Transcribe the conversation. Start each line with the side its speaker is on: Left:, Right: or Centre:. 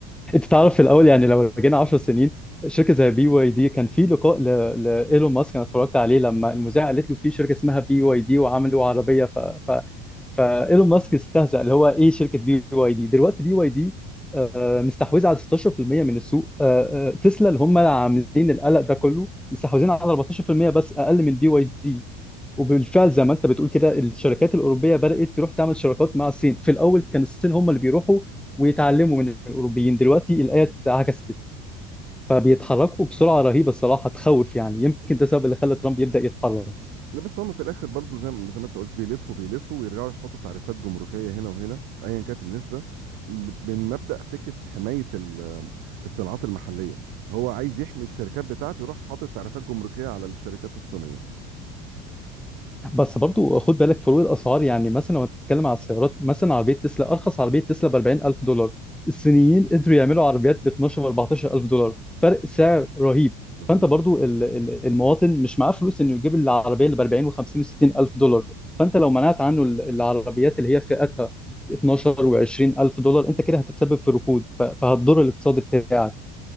Centre: انت تعرف في الاول يعني لو رجعنا 10 سنين شركه زي بي واي دي كان في لقاء ل... لايلون ماسك انا اتفرجت عليه لما المذيعه قالت له في شركه اسمها بي واي دي وعملوا عربيه ف... ف... فايلون ماسك استهزأ اللي هو ايه شركه بي واي دي دلوقتي بي واي دي آه، مستحوذه على 16% من السوق آه، آه، تسلا اللي هم اللي عاملين القلق ده كله مستحوذين على 14% بس اقل من بي واي دي وبالفعل زي ما انت بتقول كده الشركات الاوروبيه بدات تروح تعمل شراكات مع الصين في الاول كان الصين هم اللي بيروحوا ويتعلموا من الاوروبيين دلوقتي الايه اتعكست فبيتحركوا بسرعه رهيبه الصراحه تخوف يعني يمكن ده السبب اللي خلى ترامب يبدا يتحرك
Right: لا بس هم في الاخر برضو زي ما زي ما انت قلت بيلفوا بيلفوا ويرجعوا يحطوا تعريفات جمركيه هنا وهنا ايا كانت النسبه ب- من مبدا فكره حمايه ال- الصناعات المحليه هو عايز يحمي الشركات بتاعته يروح حاطط تعريفات جمركيه على الشركات الصينيه
Centre: بس برضو خد بالك فروق الاسعار يعني مثلا لو هتتكلم على السيارات مثلا عربيه تسلا ارخص عربيه تسلا ب 40000 دولار الصينيين قدروا يعملوا عربيات ب 12 و 14000 دولار فرق سعر رهيب
Right: رهيب
Centre: فانت برضو ال- ال- المواطن مش معاه فلوس انه يجيب العربيه اللي ب 40 و 50 و 60000 دولار فانت لو منعت عنه ال- العربيات اللي هي فئتها 12 و 20000 دولار انت كده هتتسبب في ركود ف- فهتضر الاقتصاد بتاعك